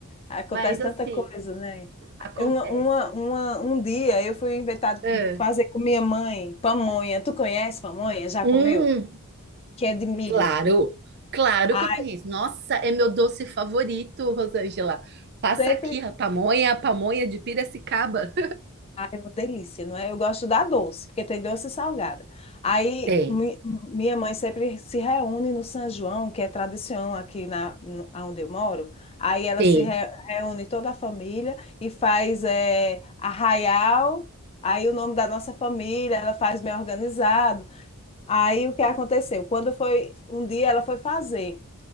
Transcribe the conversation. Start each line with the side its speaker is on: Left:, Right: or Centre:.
Left: Acontece
Right: Mas
Left: tanta
Right: assim,
Left: coisa, né?
Right: acontece.
Left: Uma, uma, uma- um dia eu fui inventar
Right: Ah,
Left: fazer com minha mãe pamonha. Tu conhece pamonha? Já
Right: hum,
Left: comeu? Que é de milho.
Right: claro, claro
Left: Ai,
Right: que eu conheço. Nossa, é meu doce favorito, Rosângela. Passa
Left: sempre
Right: aqui, a pamonha, a pamonha de Piracicaba.
Left: Ah, é uma delícia, não é? Eu gosto da doce, porque tem doce e salgada. Aí
Right: Tem,
Left: mi- minha mãe sempre se reúne no São João, que é tradição aqui na, no- onde eu moro. Aí ela
Right: tem.
Left: se re- reúne toda a família e faz eh, arraial. Aí o nome da nossa família, ela faz bem organizado. Aí o que aconteceu? Quando foi um dia ela foi fazer.